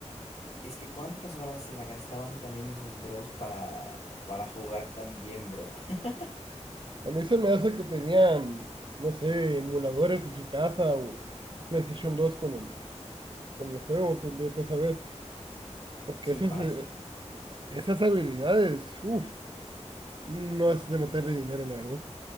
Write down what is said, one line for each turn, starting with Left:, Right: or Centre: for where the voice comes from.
Left: es que cuántas horas se la gastaban también esos bros para, para jugar tan bien, bro. <laughs>
Right: A mí se me hace que tenían, no sé, emuladores en su casa o PlayStation dos con el, con el juego que inviertes a ver. Porque
Left: Sí,
Right: esas,
Left: para
Right: eh,
Left: esas.
Right: esas habilidades, uff, no es de meterle dinero, la verdad.